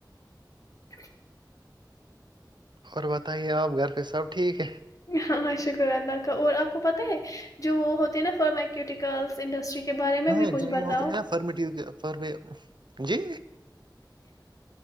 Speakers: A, on the left; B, on the right.
A: <inaudible>
B: اور بتائیے آپ گھر پہ سب ٹھیک ہے
A: ہاں شکر اللہ کا اور آپ کو پتہ ہے جو وہ ہوتے ہیں نا فارمیکیوٹیکلس انڈسٹری کے بارے میں
B: ہاں
A: بھی کچھ
B: جو یہ
A: بتاؤ
B: ہوتا ہے نا فرمیٹی فر جی